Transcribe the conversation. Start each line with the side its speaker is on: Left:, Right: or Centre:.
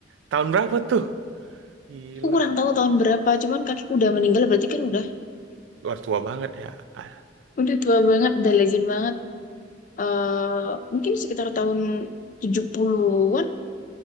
Right: Tahun berapa tuh? Gila,
Left: Aku kurang tahu tahun berapa, cuman kakekku udah meninggal berarti kan udah
Right: luar tua banget ya. Ah,
Left: udah tua banget, udah legend banget. Eh mungkin sekitar tahun 70-an,